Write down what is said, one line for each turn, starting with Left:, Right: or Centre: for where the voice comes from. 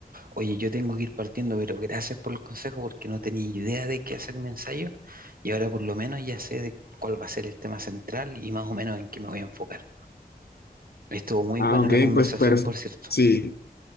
Right: Oye, yo tengo que ir partiendo, pero gracias por el consejo porque no tenía idea de qué hacer mi ensayo y ahora por lo menos ya sé de cuál va a ser el tema central y más o menos en qué me voy a enfocar. Estuvo muy
Left: Ah,
Right: buena
Left: ok,
Right: la conversación,
Left: pues perfecto.
Right: por cierto.
Left: Sí,